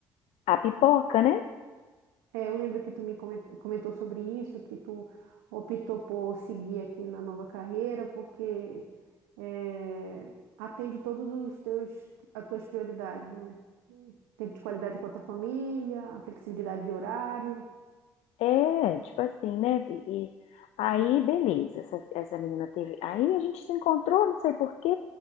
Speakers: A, on the left (about 70°); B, on the right (about 85°).
A: à pipoca, né?
B: É, eu lembro que tu me comen- comentou sobre isso, que tu optou por seguir aqui na nova carreira, porque é, atende todos os teus, as tuas prioridades, né? Tempo de qualidade com a tua família, a flexibilidade de horário.
A: É, tipo assim, né? E, e aí, beleza, essa, essa menina teve. Aí a gente se encontrou, não sei por quê,